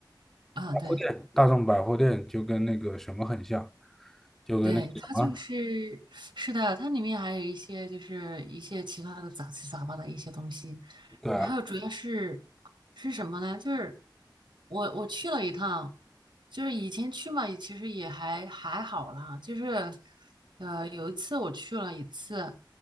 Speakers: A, on the right; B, in the centre.
A: 啊，
B: 百货店，
A: 对，
B: 大众百货店就跟那个什么很像，就跟那个什么，
A: 对，它就是是的，它里面还有一些就是一些其他的杂七杂八的一些东西，
B: 对啊，
A: 然后主要是是什么呢？就是我我去了一趟，就是以前去嘛，也其实也还还好啦。就是呃，有一次我去了一次，